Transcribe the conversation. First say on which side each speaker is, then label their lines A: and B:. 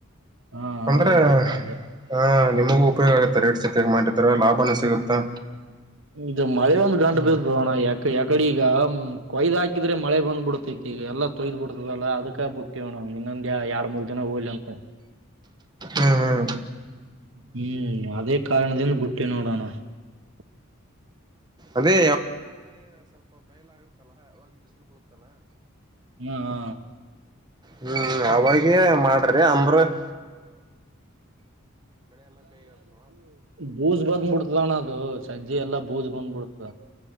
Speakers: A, on the right; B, on the right.
A: ಹಾ
B: ಅಂದ್ರೆ
A: ಹೌದೌದಣ ಅದೇ
B: ಹ ನಿಮಗೂ ಉಪಯೋಗ ಆಗುತ್ತ ರೇಟ್ ಸಿಕ್ಕಾಗ ಮಾರಿದ್ರ ಲಾಭನ ಸಿಗುತ್ತಾ
A: ಇದು ಮಳೆ ಒಂದ್ ಗಂಟ
B: ಹ್ಮ್
A: ಬಿದದೂಣ್ಣ ಯಕ ಯಕಡೆ ಈಗ ಕೊಯ್ದ್ ಹಾಕಿದ್ರೆ ಮಳೆ ಬಂದ್ ಬಿಡ್ತೈತಿ ಈಗ ಎಲ್ಲ ತೊಯ್ದ್ ಬಿಡ್ತದಲ್ಲಾ ಅದಕ್ಕ ಬಿಟ್ಟವಣ್ಣ ಇನ್ನೊಂದ್ಯಾ ಎರಡ್ ಮೂರ್ ದಿನ ಹೋಲ್ಲಿಅಂತ
B: ಹ್ಮ್
A: ಹ್ಮ್
B: ಅದೇ
A: ಹ್ಮ್ ಹಾ
B: ಹ್ಮ್ ಅವಾಗೇ ಮಾಡ್ರಿ ಅಂದ್ರ <inaudible>
A: ಬೂಜ ಬಂದ್ಬ ಬಿಡ್ತಣ್ಣ ಅದು ಸಜ್ಜ ಎಲ್ಲ ಬೂಜ ಬಂದ್ಬ ಬಿಡ್ತ